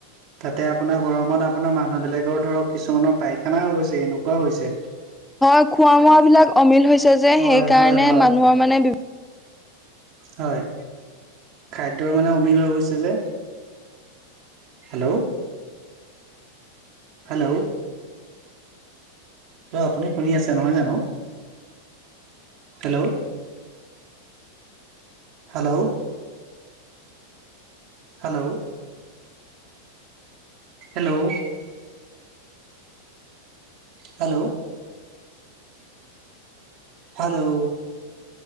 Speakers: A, on the right; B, in the centre.
A: তাতে আপোনাৰ গৰমত আপোনাৰ মানুহবিলাকৰ ধৰক কিছুমানৰ পায়খানাও হৈ গৈছে, এনেকুৱা হৈছে। <inaudible>
B: হয়, খোৱা বোৱাবিলাক অমিল হৈছে যে
A: হয়
B: সেইকাৰণে
A: হয় হয়
B: মানুহৰ মানে বি
A: হয়, খাদ্যৰ মানে অমিল হৈ গৈছে যে। হেল্ল'। হেল্ল'। হেল্ল' আপুনি শুনি আছে নহয় জানো? Hello. Hello. Hello. Hello, hello. Hello.